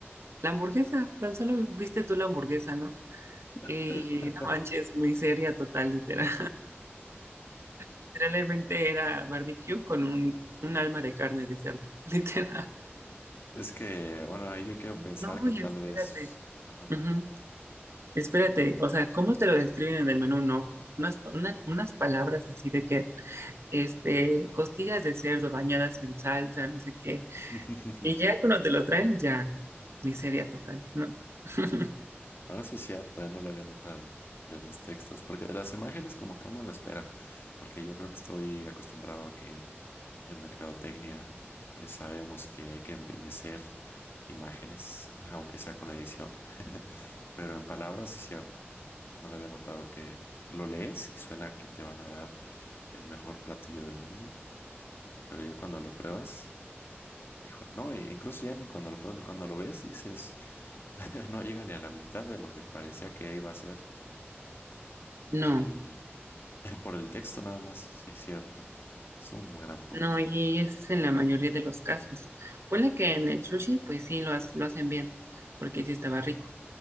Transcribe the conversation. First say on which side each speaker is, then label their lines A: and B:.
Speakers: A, on the right; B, on the left.
A: la hamburguesa, tan solo viste tú la hamburguesa, ¿no?
B: <laughs>
A: Y no manches, muy seria, total, literal. Literalmente era barbecue con un, un alma de carne de cerdo, <laughs> literal.
B: Es que, bueno, ahí yo quiero
A: Y
B: pensar
A: No,
B: que
A: y
B: tal
A: espérate.
B: vez... Ajá.
A: ujú, Espérate, o sea, ¿cómo te lo describen en el menú? No, con unas, una- unas palabras así de que, este, costillas de cerdo bañadas en salsa, no sé qué.
B: <laughs>
A: Y ya cuando te lo traen, ya, miseria total, no. <laughs>
B: Bueno, eso es cierto, eh, No lo había notado de los textos, porque de las imágenes como que uno lo espera, porque yo creo que estoy acostumbrado a que En mercadotecnia, pues sabemos que hay que embellecer imágenes, <laughs> aunque sea con edición, pero en palabras sí cierto. No lo había notado que lo lees y suena que te van a dar el mejor platillo del mundo, pero ya cuando lo pruebas, hijo, no, e incluso ya ni cuando lo pruebas, cuando lo ves dices, <laughs> no llega ni a la mitad de lo que parecía que iba a ser.
A: No,
B: Y <laughs> por el texto nada más, sí cierto. Es un gran punto.
A: no, y es en la mayoría de los casos. Ponle que en el sushi, pues sí, lo, ha- lo hacen bien, porque sí estaba rico.